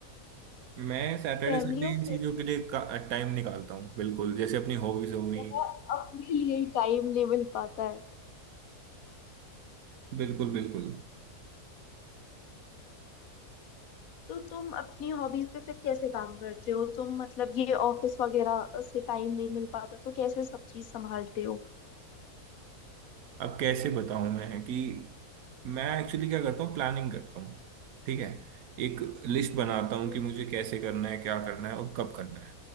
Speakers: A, on the right; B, on the left.
A: मैं सैटरडे
B: फैमिली
A: संडे
B: और
A: इन चीज़ों के लिए टाइम निकालता हूँ बिल्कुल जैसे अपनी हॉबीज हो गई
B: यहाँ अपने लिए टाइम नहीं मिल पाता है
A: बिल्कुल बिल्कुल
B: तो तुम अपनी हॉबीज पे फिर कैसे काम करते हो तुम मतलब ये ऑफिस वगैरह से टाइम नहीं मिल पाता तो कैसे सब चीज संभालते हो
A: अब कैसे बताऊं मैं कि मैं एक्चुअली क्या करता हूँ प्लानिंग करता हूँ ठीक है एक लिस्ट बनाता हूँ
B: हम्म।
A: कि मुझे कैसे करना है क्या करना है और कब करना है